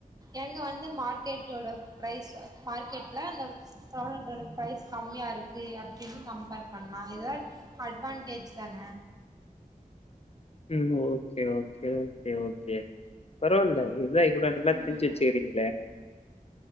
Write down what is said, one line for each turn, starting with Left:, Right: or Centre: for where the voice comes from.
Right: எங்க வந்து மார்க்கெட்டோட ஃபரைஸ் மார்க்கெட்ல அந்த பராடக்கோட ஃபரைஸ் கம்மியா இருக்கு அப்டின்னு கம்பர் பண்ணலா ஏத அட்வான்டேஜ் தான
Left: ம் ஓகே ஓகே ஓகே ஓகே பரவால்ல இதுதா இவ்வளவு நல்லா
Right: ம்
Left: தெரிஞ்சு வச்சுக்கிறீங்களே